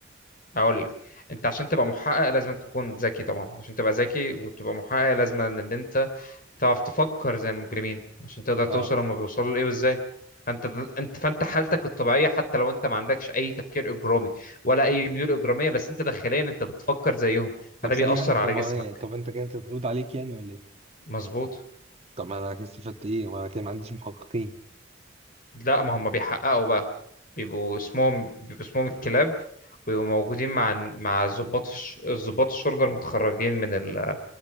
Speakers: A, on the left; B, on the right.
A: اقول لك انت عشان تبقى محقق لازم تكون ذكي طبعا عشان تبقى ذكي وتبقى محقق لازم ان انت تعرف تفكر زي المجرمين عشان تقدر
B: اه
A: توصل هما بيوصلوا لايه وازاي فانت انت فانت حالتك الطبيعيه حتى لو انت ما عندكش اي تفكير اجرامي ولا اي ميول اجراميه بس انت داخليا انت بتفكر زيهم
B: طب
A: فده
B: ثانيه
A: بيأثر
B: واحده
A: على
B: طب ما
A: جسمك
B: طب انت كده تتقبض عليك يعني ولا ايه
A: مظبوط
B: طب ما انا كده استفدت ايه ما انا كده ما عنديش محققين
A: لا ما هم بيحققوا بقى بيبقوا اسمهم بيبقوا اسمهم الكلاب ويبقوا موجودين مع مع ضباط الش- ضباط الشرطه المتخرجين من ال...